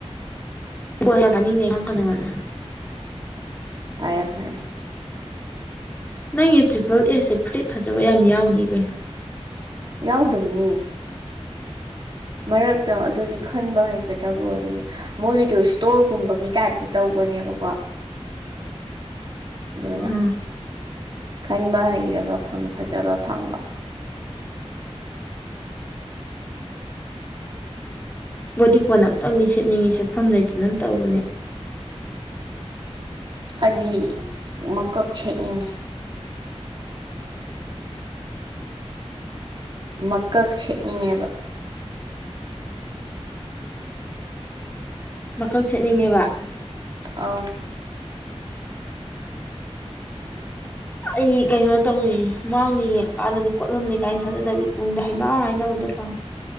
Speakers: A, on the left (about 15°); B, on the right (about 45°).
A: ꯍ ꯌꯥꯅꯤꯡꯗꯦꯉꯥꯡ ꯀꯗꯅ ꯉꯜꯂꯦ
B: ꯇ ꯇꯥꯏꯌꯦ
A: ꯅꯪꯒꯤ ꯇ꯭ꯔꯤꯄꯜ ꯑꯦꯁꯦ ꯐꯨꯂꯤꯠ ꯐꯖꯕ ꯌꯥꯝ ꯌꯥꯎꯗꯦ ꯀꯩꯅꯩꯅꯣ
B: ꯌꯥꯎꯗꯗꯨꯅꯤ ꯃꯔꯛꯇ ꯑꯗꯨꯗꯤ ꯈꯟꯕ ꯍꯩꯒꯗꯕ ꯑꯣꯏꯅꯦ ꯃꯣꯏꯒꯤꯗꯣ ꯏꯁꯇꯣꯔꯒꯨꯝꯕꯒꯤ ꯇꯥꯏꯞꯇ ꯇꯧꯕꯅꯦꯕꯀꯣ ꯑꯗꯨꯅ
A: ꯎꯝ
B: ꯈꯟꯕ ꯍꯩꯔꯒ ꯐꯪ ꯐꯖꯕ ꯐꯪꯕ
A: ꯕꯣꯗꯤ ꯀꯣꯟ ꯑꯃꯇꯪꯗꯤ ꯁꯦꯠꯅꯤꯡꯉꯤ ꯁꯦꯠꯐꯝ ꯂꯩꯇꯅꯅ ꯇꯧꯕꯅꯦ
B: ꯑꯅꯤ ꯃꯀꯛ ꯁꯦꯠꯅꯤꯡꯉꯤ ꯃꯀꯛ ꯁꯦꯠꯅꯤꯡꯉꯦꯗ
A: ꯃꯀꯜ ꯁꯦꯠꯅꯤꯡꯉꯦꯕ
B: ꯑ
A: ꯑꯩ ꯀꯩꯅꯣ ꯇꯧꯅꯤ ꯃꯥꯡꯅꯤ ꯌꯦꯡꯉꯀꯥꯟꯗꯗꯤ ꯀꯣꯠꯂꯝꯅꯤ ꯀꯥꯏꯅ ꯊꯥꯖꯗꯕꯤ ꯇꯨꯡꯗ ꯍꯩꯕ ꯍꯥꯏꯅꯕꯗꯣꯀꯣ